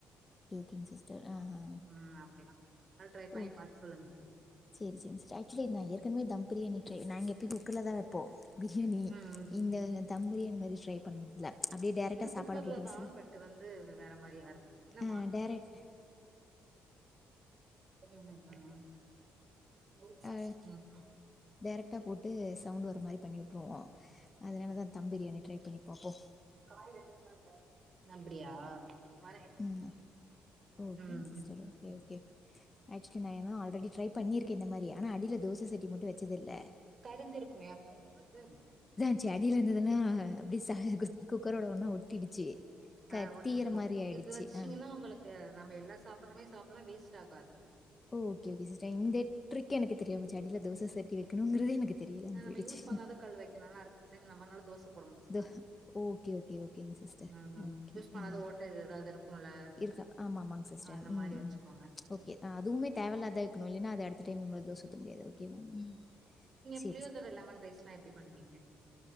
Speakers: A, on the left; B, on the right.
A: சேரிங்க சிஸ்டர் ஆஹஹ
B: ம் அப்டிதா ஒரு நாள் ட்ரை பண்ணி
A: ஒ
B: பாத்து சொல்லுங்க
A: சேரி சேரி ஆக்சுவலி ஏற்கனவே தம் பிரியாணி ட்ரை நாங்க எப்பயுமே குக்கர்லதா போ பிரியாணி
B: ம் ம்
A: இந்த தம் பிரியாணி மாரி ட்ரை பண்ணல அப்படியே டேரக்டா
B: இது
A: சாப்பாட
B: குக்கர்ல
A: போட்டு விசில்
B: தா பட் வந்து வேற மாரியா இருக்கு என்னமா
A: ஆஹ் டேரக்டா
B: உம் உ
A: ஆ
B: ம்
A: டேரெக்டா போட்டு சவுண்ட் வர மாரி பண்ணி வி்ட்ருவோ அதனால தா தம் பிரியாணி ட்ரை பண்ணி பாப்போ
B: வணக்கம் நல் அப்டியா வரேங்க
A: ம் ஆ ஓகேங்
B: ம்
A: சிஸ்டர் ஒக்கே ஒகே ஆக்சுவலி நா என்னா ஆல்ரெடி ட்ரை பண்ணிருக்கே இந்த மாரி ஆனா அடியில தோச சட்டி மட்டும் வெக் வெச்சதில்ல
B: கரிஞ்சிருக்குங்க <inaudible>
A: செர் அடில இருந்ததெல்லா அப்படி சாய் குக்கரோட ஒண்ணா ஒட்டிடுச்சு க
B: ஆஹ் ஒட்டிகோ
A: தீயிற மாரி ஆயிடுச்சு.
B: இது வ ச்சீங்கன்னா
A: ஆ
B: உங்களுக்கு நம்ம எல்லா சாப்புறமாரி சாப்புடல்லா வேஸ்ட்டாகாது
A: ஓகே ஒகே சிஸ்டர் இந்த டிரிக் எனக்கு தெரியாம போச்சி அடியில தோச சட்டி வெக்கணுமின்றது எனக்கு தெரியலாம
B: ஹ
A: போயிடுச்சு.
B: நம்ம யூஸ் பண்ணாதா கல் வெக்கணும் அடுத்த டைம் நம்ன்னால தோச உத்
A: தோ ஓகே ஓகே ஓகே ஓகேங்க சிஸ்டர்
B: ம்
A: ஒகே
B: யூஸ் பண்ணாத
A: அ
B: ஓட்ட எதாவது இருக்கும்ல
A: இருக் ஆமா ஆமாங் சிஸ்டர்
B: அந்த
A: ம்
B: மாரி வச்சுக்கோங்க
A: ஒகே அதுவுமே தேவையில்லாத இருக்கணோ இல்லன்னா ம அத அடுத்த டைம் நம்ம தோச ஊத்த முடியாது ஒகேவா ம் செ
B: புளியோதர்ர லமெண் ரைஸ்லா எப்டி பண்ணுவீங்க